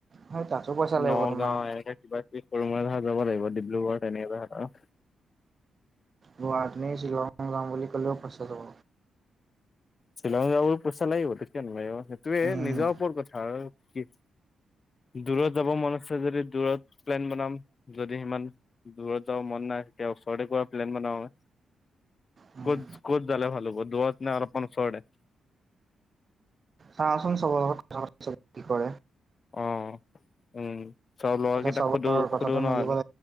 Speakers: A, on the right (about 40°); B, on the left (about 45°).
A: হয় তাতো পইচা লাগিব
B: নগাঁও
A: তোমাৰ
B: এনেকে কিবা দি সৰু মৈ ধাৰ যাব লাগিব, ডিব্ৰুগড় তেনেকে যাহাতাহা
A: গুৱাহাটী নি শ্বিলঙলে যাম বুলি ক'লেও পইচা যাব।
B: শ্বিলঙ যাবলো পইচা লাগিব, কিয় নলাগিব? সেইটোয়েই
A: উম
B: নিজৰ ওপৰত কথা আৰু কি দূৰত যাব মন আছে যদি দূৰত প্লেন বনাম, যদি সিমান দূৰত যাব মন নাই, তেতিয়া ওচৰতে ক'বাত প্লেন বনাওৱে।
A: উম
B: ক'ত ক'ত যালে ভাল হ'ব? দূৰত নে আৰু অলপ ওচৰতে?
A: চাওঁচোন চবৰ লগত কথা পাতি চাওঁ কি কৰে।
B: অঁ, উম চব লৰা
A: এতিয়া
B: কেইটাক
A: চবৰ
B: সোধো,
A: কথাটো
B: সোধো
A: মিলিব
B: নহ